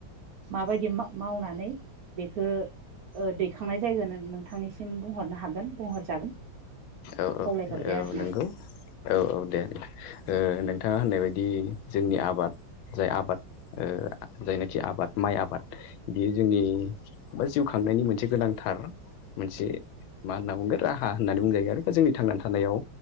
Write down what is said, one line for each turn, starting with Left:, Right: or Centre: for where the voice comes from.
Right: माबायदि मावनानै बेखो ओ दैखांनाय जायगोन नोंथांनिसिम बुंहरनो हागोन बुंहरजागोन।
Left: औ
Right: खावलायहरबाय
Left: औ औ
Right: आरो ना
Left: नोंगौ औ औ दे दे ओ थाङा होननाय बायदि जोंनि आबाद जाय आबाद ओ जायनाखि आबाद माइ आबाद बेयो जोंनि बा जिउ खांनायनि मोनसे गोनांथार मोनसे मा होनना बुंगोन राहा होननानै बुंजायो आरो। जोंनि थांनानै थानायाव